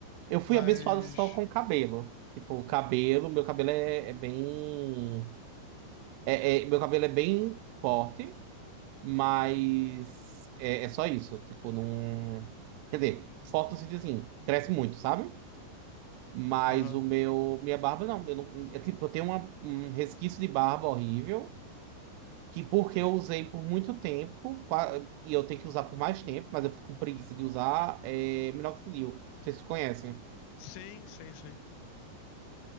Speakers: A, on the right; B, on the left.
A: Eu fui
B: Mas.
A: abençoado só com cabelo. Tipo, o cabelo, meu cabelo é, é bem, é, é- meu cabelo é bem forte. Mas é, é só isso. Tipo, não. Quer dizer, forte no sentido assim, cresce muito, sabe? Mas
B: Aham.
A: o meu. Minha barba não. Eu não é, tipo, eu tenho uma- um resquício de barba horrível. Que porque eu usei por muito tempo, qua- e eu tenho que usar por mais tempo, mas eu fico com preguiça de usar é, minoxidil. Vocês conhecem?
B: Sim, sim, sim.